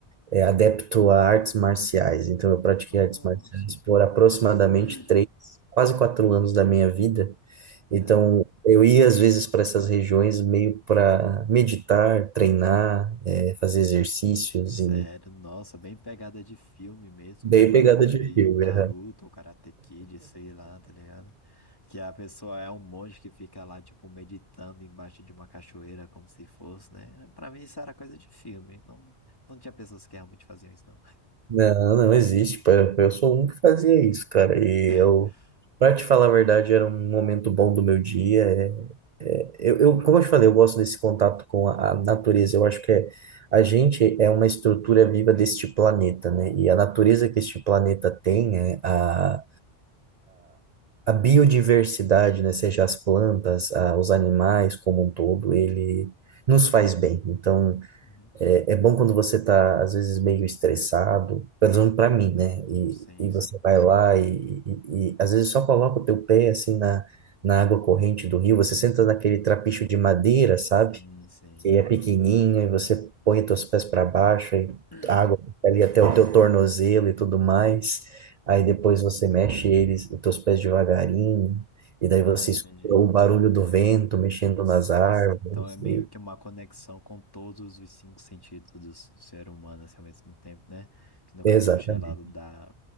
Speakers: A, on the right; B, on the left.
A: eh, adepto a artes marciais. Então eu pratiquei
B: Nossa.
A: artes marciais por aproximadamente
B: <clears throat>
A: três, quase quatro anos da minha vida. Então
B: Cara,
A: eu ia às vezes para essas regiões meio para meditar, treinar, eh, fazer exercícios
B: sério,
A: e
B: nossa, bem pegada de filme mesmo,
A: bem
B: uma parada
A: pegada de
B: meio
A: filme.
B: Naruto ou Karate Kid, sei lá, tá ligado? Que a pessoa é um monge que fica lá, tipo, meditando embaixo de uma cachoeira, como se fosse, né? Pra mim isso era coisa de filme, não, não tinha pessoas que realmente faziam isso, não.
A: Não, não existe. pô. Eu eu sou um que fazia isso, cara. E
B: <laughs>
A: eu, pra te falar a verdade, era um momento bom do meu dia. É, Eu, eu, como eu te falei, eu gosto desse contato com a, a natureza. Eu acho que é, a gente é uma estrutura viva deste planeta, né? E a natureza que este planeta tem, é, a, a biodiversidade, né? Seja as plantas, a- os animais como um todo, ele nos faz bem. Então.
B: Uhum.
A: É, é bom quando você tá, às vezes, meio estressado, pelo menos pra mim, né? E,
B: Sim,
A: e
B: sim.
A: você vai lá e, e, e, às vezes, só coloca o teu pé, assim, na, na água corrente do rio. Você senta naquele trapicho de madeira, sabe?
B: Sim, sim.
A: Que é pequenininho e você põe os teus pés para baixo e
B: <clears throat>
A: a água fica ali até o teu tornozelo e tudo mais. Aí depois você mexe eles, os teus pés devagarinho. E daí
B: Ah,
A: você
B: entendi.
A: escuta o barulho do vento mexendo
B: Sim,
A: nas árvores.
B: sim. Então é meio
A: E...
B: que uma conexão com todos os cinco sentidos do s- ser humano assim, ao mesmo tempo, né? Que no
A: Exatamente.
B: caso é o gelado da...